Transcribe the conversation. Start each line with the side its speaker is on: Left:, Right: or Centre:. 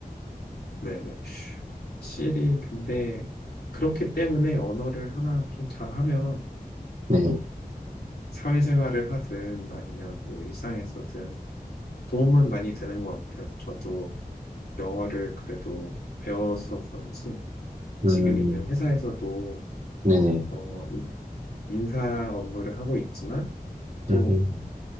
Left: 네네. 확실히 근데 그렇기 때문에 언어를 하나 좀 잘하면
Right: 네,
Left: 어, 사회생활을 하든 아니면 뭐 일상에서든 도움은 많이 되는 것 같아요. 저도 영어를 그래도 배워서 그런지
Right: 음,
Left: 지금 있는 회사에서도
Right: 네네,
Left: 어, 인사 업무를 하고 있지만 또
Right: 음,